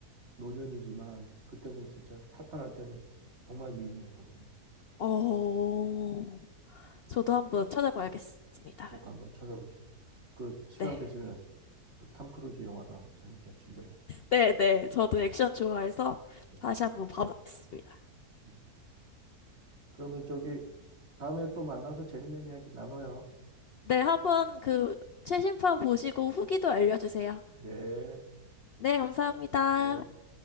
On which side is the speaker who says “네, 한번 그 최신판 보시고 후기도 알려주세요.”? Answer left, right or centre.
Left